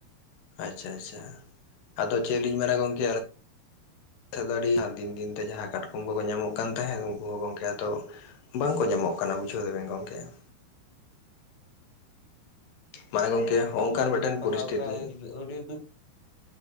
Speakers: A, on the left (about 80°); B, on the left (about 50°).
A: ᱟᱪᱷᱟ ᱟᱪᱷᱟ, ᱟᱫᱚ ᱪᱮᱫ ᱞᱤᱧ ᱢᱮᱱᱟ ᱜᱚᱝᱠᱮ <unintelligible> ᱫᱤᱱ ᱫᱤᱱᱛᱮ ᱡᱟᱦᱟᱸ ᱠᱟᱴᱠᱚᱢ ᱠᱚᱠᱚ ᱧᱟᱢᱚᱜ ᱠᱟᱱ ᱛᱟᱦᱮᱸᱫ ᱩᱱᱠᱩ ᱦᱚᱸ ᱜᱚᱢᱠᱮ ᱟᱫᱚ ᱵᱟᱝᱠᱚ ᱧᱟᱢᱚᱜ ᱠᱟᱱᱟ ᱵᱩᱡᱷᱟᱹᱣ ᱫᱟᱵᱤᱱ ᱜᱚᱢᱠᱮ ᱾ ᱢᱟᱱᱮ ᱜᱚᱝᱠᱮ ᱦᱚᱸᱜᱼᱚᱝᱠᱟᱱ
B: <unintelligible> ᱟᱹᱰᱤ
A: ᱢᱤᱫᱴᱮᱱ ᱯᱚᱨᱤᱥᱛᱷᱤᱛᱤ ᱦᱮᱸ
B: ᱫᱩᱠᱷ